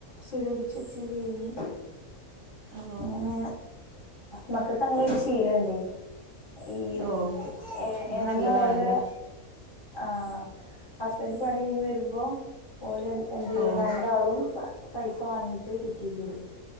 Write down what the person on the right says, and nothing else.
ഓ
ഓ
അത്
നല്ലതാണല്ലോ
ഓ